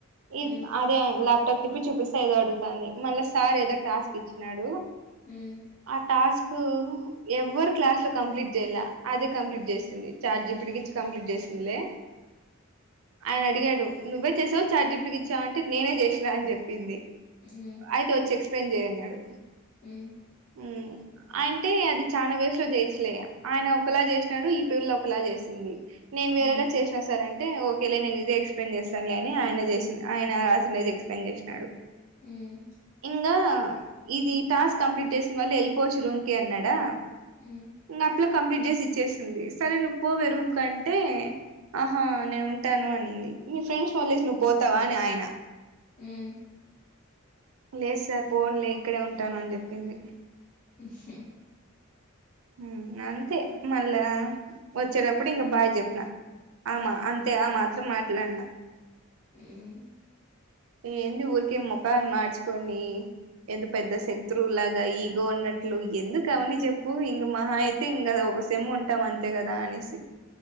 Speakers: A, on the right; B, on the left.
A: ఈఫ్
B: హ్మ్
A: అదే ల్యాప్టాప్ తిప్పి చూపిస్త ఏదో అడుగుతంది మళ్ళా సార్ ఏదో టాస్క్ ఇచ్చినాడు
B: హ్మ్
A: ఆ టాస్క్ ఎవ్వరు క్లాస్ లో కంప్లీట్ చేయల అదే కంప్లీట్ చేసింది చార్జీపిటికి ఇచ్చి కంప్లీట్ చేసిందిలే ఆయన అడిగాడు నువ్వే చేసావా చార్జిపిటికి ఇచ్చావా అంటే నేనే చేసినా అని చెప్పింది
B: హ్మ్ హ్మ్
A: అయితే వచ్చి ఎక్స్ ప్లే జేయ్అన్నాడు
B: హ్మ్
A: హ్మ్ అయింటే అది చానా వేసులో జేచ్చులే ఆయన ఒకలా చేసినాడు ఈ పిల్ల ఒకలా చేసింది నేను వేరేలా
B: హ్మ్
A: చేష్ ఆ సార్ అంటే ఓకేలే నేను ఇదే ఎక్స్ప్లెయిన్ చేస్తానులే అని ఆయన చేసినా ఆయన రాసిడెంది ఎక్స్ప్లెయిన్ చేసినాడు
B: హ్మ్
A: ఇంగా ఇది టాస్క్ కంప్లీట్ చేసిన వాళ్ళు వెళ్ళిపోవచ్చు రూమ్ కి అన్నాడా
B: వ్మ్
A: ఇంగా ఆ పిల్ల కంప్లీట్ చేసి ఇచ్చేసింది సరే నువ్వు పోవే రూమ్కు అంటే ఆహా నేను ఉంటాను అనింది నీ ఫ్రెండ్స్ వదిలేసి నువ్వు పోతావా అని ఆయన
B: హ్మ్
A: లేదు సార్ పోన్లే ఇక్కడే ఉంటాను అని చెప్పింది
B: ఉహుమ్
A: ఉమ్ అంతే మళ్ళా వచ్చేటప్పుడు ఇంగా బాయ్ చెప్పిన ఆమా అంతే ఆ మాత్రం మాట్లాడిన
B: <unintelligible>
A: ఎంది ఊర్కే మోఖాల్ మాడ్చుకోని ఎంత పెద్ద శత్రువుళ్లుగా ఇగో అన్నట్లు ఎందుకు అవన్ని చెప్పు ఇంగా మహా అయి తింగా ఒక సేమ్ ఉంటాం అంతే కదా అనేసి